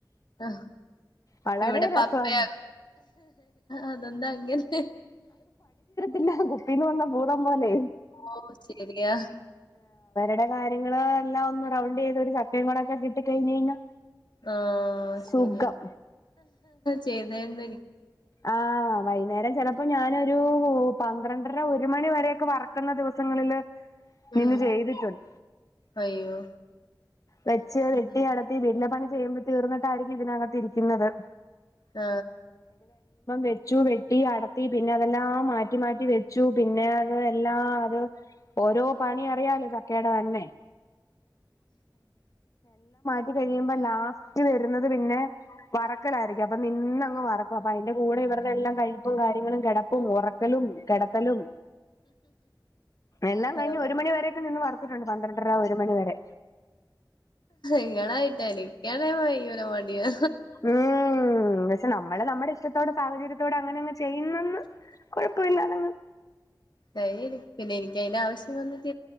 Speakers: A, on the left; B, on the left.
A: ആ
B: വളരെ
A: ഇവിടെ
B: രസമാണ്
A: പപ്പയ അതെന്താ അങ്ങനെ
B: ഇല്ല കുപ്പീന്ന് വന്ന ഭുതംപോലെ
A: ഓ ശരിയാ
B: ത്തെ കാര്യങ്ങൾ എല്ലാം ഒന്ന് റൗണ്ടെയ്ത് ഒരു ചക്കയും കൂടെയൊക്കെ കിട്ടിക്കഴിഞ്ഞ് കഴിഞ്ഞാ
A: ആഹ ശരിയാ
B: സുഖം
A: ചെയ്തായിരുന്ന
B: ആ വൈന്നേരം ചെലപ്പോ ഞാനൊരൂ പന്ത്രണ്ടര ഒരു മണി വരെയൊക്കെ വറക്കന്ന ദിവസങ്ങളില് നിന്ന്
A: ഉം
B: ചെയ്തിട്ടുണ്ട്
A: അയ്യോ
B: വെച്ച് വെട്ടി
A: ഉം
B: അടത്തി വെ എല്ലാ പണി ചെയ്യുമ്പോ തീർന്നിട്ടായിരിക്കും ഇതിനകത്തിയിരിക്ക്ന്നത്.
A: ആ
B: വെച്ചു വെട്ടി അടത്തി പിന്നെ അതെല്ലാം മാറ്റി മാറ്റി വെ ച്ചു പിന്നെ അത് എല്ലാം അത് ഓരോ പണി അറിയാലോ ചക്കയുടെ തന്നെ റ്റി കഴിയുമ്പോ ലാസ്റ്റ് വരുന്നത് പിന്നെ വറക്കലായിരിക്കും അപ്പൊ നിന്ന വറ അപ്പോ അതിന്റെ കൂടെ ഇവിരുടെയെല്ലാം കഴി കാര്യങ്ങളും കിടപ്പും ഉറക്ക ലും കിടത്തലും എല്ലാം കഴിഞ്ഞു
A: ആഹ്
B: ഒരു മണി വരയൊക്കെ നിന്ന് വറുത്തു പന്ത്രണ്ടര ഒരു മണിവരെ
A: ഇങ്ങളായിട്ടാ എനിക്കാണെ കയ്യൂല മടിയാ
B: ഉം പക്ഷേ നമ്മള് നമ്മടെ ഇഷ്ട ത്തോടെ സാഹചര്യത്തോടെ അങ്ങനെ അങ്ങ് ചെയ്യുന്നന്ന് കൊഴപ്പം ഇല്ലാതെ
A: ശരിയാണ് പിന്നെ എനിക്ക് അയിന്റെ ആവശ്യം വ